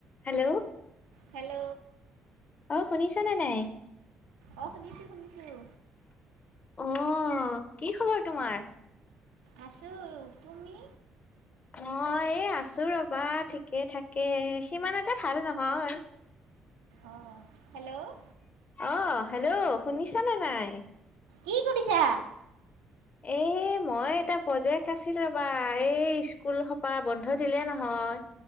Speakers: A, on the left (about 40°); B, on the right (about 85°).
A: Hello.
B: Hello.
A: অ শুনিছানে নাই?
B: অ শুনিছো, শুনিছো।
A: অ, কি খবৰ তোমাৰ?
B: আছো আৰু, তুমি?
A: অ এই আছো ৰ'বা ঠিকে-ঠাকে। সিমান এটা ভাল নহয়।
B: অ হেল্ল'
A: অ হেল্ল' শুনিছানে নাই?
B: কি কৰিছা?
A: এ মই এটা প্ৰজেক্ট আছিলে ৰ'বা। এই স্কুল সোপা বন্ধ দিলে নহয়।